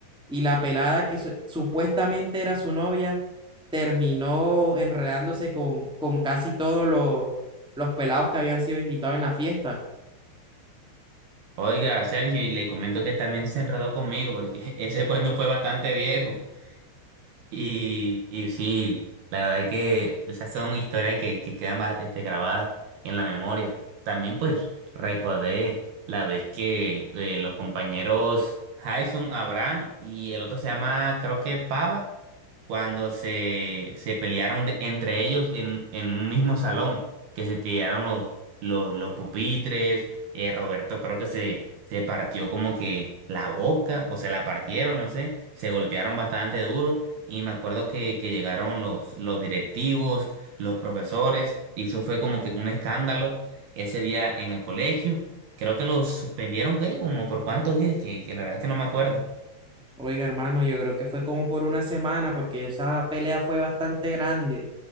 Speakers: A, in the centre; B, on the right.
A: y la pelada que su- supuestamente era su novia terminó enredándose con, con casi todos los los pelados que habían sido invitados en la fiesta.
B: Oiga, Sergio, y le comento que también se enredó conmigo porque <laughs> ese cuento fue bastante viejo. Y, y sí, la verdad es que esas son historias que, que quedan ba- este, grabadas en la memoria. También pues recordé la vez que eh, los compañeros Jason, Abraham y el otro se llama creo que Pava, cuando se, se pelearon de- entre ellos en, en un mismo salón, que se tiraron los, los, los pupitres, eh, Roberto creo que se, se partió como que la boca o se la partieron, no sé, se golpearon bastante duro. Y me acuerdo que, que llegaron los, los directivos, los profesores, y eso fue como que un escándalo ese día en el colegio. Creo que los suspendieron, ¿qué? Como por cuántos días, que, que la verdad es que no me acuerdo.
A: Oiga, hermano, yo creo que fue como por una semana porque esa pelea fue bastante grande.